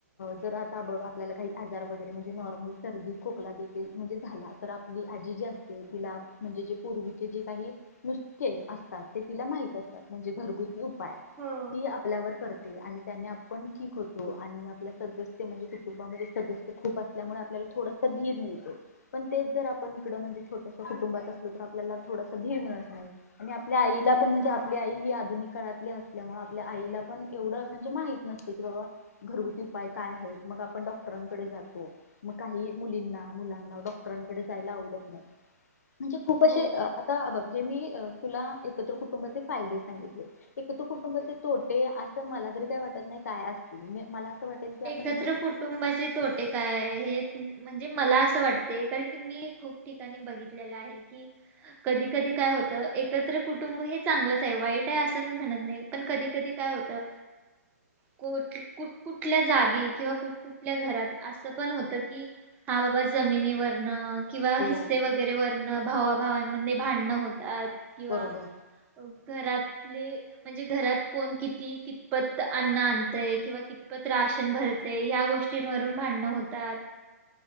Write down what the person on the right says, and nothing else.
हो
हो
एकत्र कुटुंबाचे तोटे काय आहे हे म्हणजे मला असं वाटते कारण की मी खूप ठिकाणी बघितलेलं आहे की कधी कधी काय होत एकत्र कुटुंब हे चांगलंच आहे वाईट आहे असं मी म्हणत नाही पण कधी कधी काय होत अ को कुठ कु कुठल्या जागी किंवा कुठ कुठल्या घरात असं पण होतं कि हा बाबा जमिनीवरन किंवा
हिस्से वगैरे वरणं भावाभावांमध्ये भांडणं होतात. किंवा
घरात म्हणजे घरात कोण किती कितपत अन्न आणतय किंवा किंवा पत राशन भरते या गोष्टींवरून भांडणं होतात.